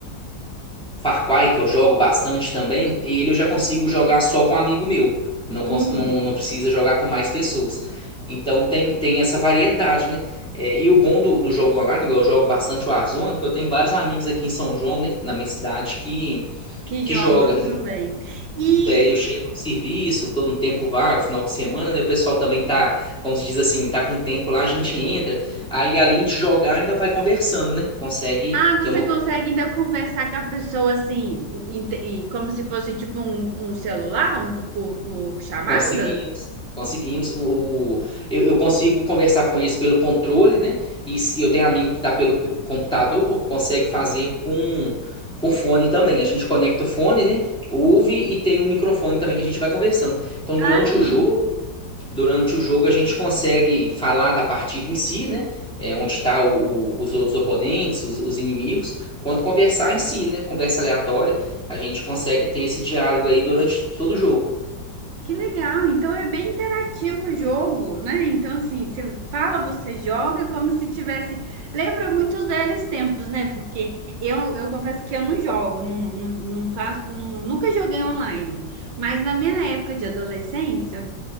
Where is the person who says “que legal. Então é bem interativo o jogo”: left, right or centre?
Right